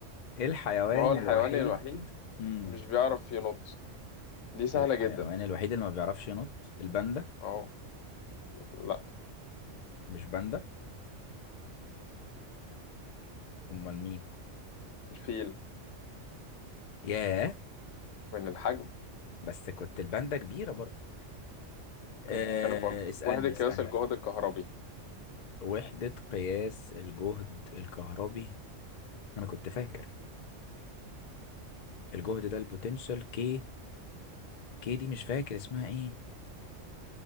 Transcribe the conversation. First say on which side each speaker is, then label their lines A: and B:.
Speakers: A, on the left; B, on the left.
A: ايه الحيوان
B: <laughs> ما هو الحيوان
A: الوحيد
B: الوحيد
A: امم
B: مش بيعرف ينط دي سهلة
A: الحيوان
B: جدا
A: الوحيد اللي ما بيعرفش ينط الباندا
B: اه لا
A: مش باندا امال مين
B: الفيل
A: ياه
B: من الحجم
A: بس كنت الباندا كبيرة برضه آه
B: يعني بتتكلم في
A: اسألني
B: واحد قياس
A: اسألني
B: الجهد الكهربي
A: وحدة قياس الجهد الكهربي انا كنت فاكر الجهد ده البوتنشال كي كي دي مش فاكر اسمها ايه